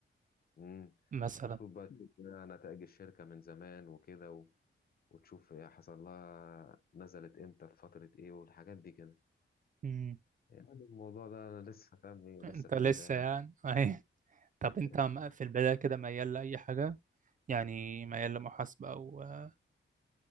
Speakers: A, on the left; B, on the right.
A: امم
B: مثلا
A: المفروض بقى تشوف بقى نتائج الشركة من زمان وكده وتشوف هي حصل لها نزلت امتى في فترة ايه والحاجات دي كده
B: مم.
A: يعني الموضوع ده أنا لسه فاهم إيه،
B: أنت
A: لسه في
B: لسه
A: البداية
B: يعني <laughs> أهي طب أنت
A: <laughs>
B: م- في البداية كده ميال لأي حاجة؟ يعني ميال لمحاسبة أو آه،